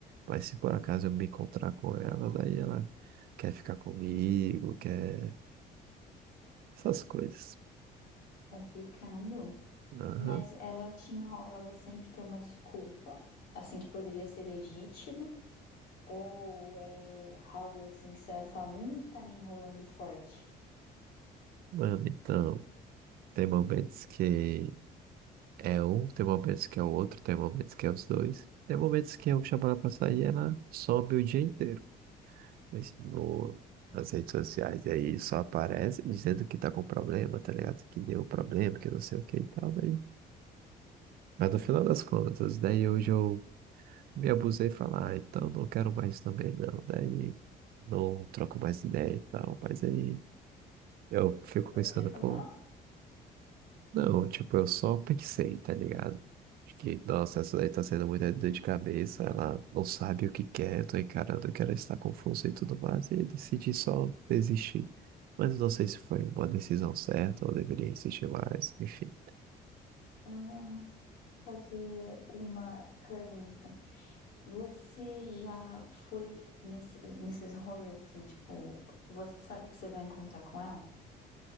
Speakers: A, on the right; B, on the left.
A: Mas se por acaso eu me encontrar com ela, daí ela quer ficar comigo, quer essas coisas.
B: Complicado.
A: Aham.
B: Mas ela te enrola, ela sempre tem uma desculpa, assim que poderia ser legítima, ou é algo assim que você olha e fala, hum, tá me enrolando forte.
A: Mano, então. Tem momentos que é um, tem momentos que é o outro, tem momentos que é os dois. Tem momentos que eu chamo ela pra sair e ela sobe o dia inteiro. Mas no, nas redes sociais, e aí só aparece dizendo que tá com problema, tá ligado? Que deu problema, que não sei o que e tal. Mas, mas no final das contas, daí hoje eu me abusei e falar, ah, então não quero mais também não. Daí não troco mais ideia e tal. Mas aí eu fico
B: Você
A: pensando,
B: falou?
A: pô. Não, tipo, eu só pensei, tá ligado? Acho que, nossa, essa daí tá sendo muita dor de cabeça, ela não sabe o que quer, eu tô encarando que ela está confusa e tudo mais, e eu decidi só desistir. Mas não sei se foi uma decisão certa ou deveria insistir mais, enfim.
B: Ah, fazer uma pergunta. Você já foi nesse- nesses rolês assim, tipo, você sabe que você vai encontrar com ela?